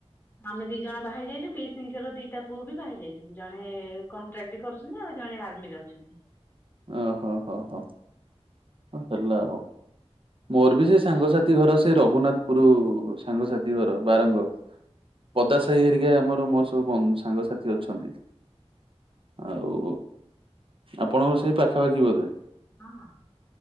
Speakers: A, on the left; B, on the right.
A: ଆମେ ଦି ଜଣ ବାହା ହେଇ ଯାଇଛୁ ପିଇସିଙ୍କର ଦିଟା ପୁଅ ବି ବାହା ହେଇଯାଇଚନ୍ତି ଜଣେ କ ଟ୍ରେଡି କରୁଛନ୍ତି ଆଉ ଜଣେ ଆର୍ମିରେ ଅଛନ୍ତି।
B: ଓ ହୋ ହୋ ହୋ ହେଲ ଆଉ। ମୋର ବି ସେଇ ସାଙ୍ଗସାଥି ଘର ସେଇ ରଘୁନାଥପୁର ସାଙ୍ଗସାଥି ଘର ବାରଙ୍ଗ। ପଦା ସାହି ହେରିକା ଆମର ମୋର ସୁ ବ ସାଙ୍ଗସଥି ଅଛନ୍ତି ଆଉ ଆପଣଙ୍କ ସେ ସେଇ ପାଖାପାଖି ବୋଧେ।
A: ହଁ ହଁ।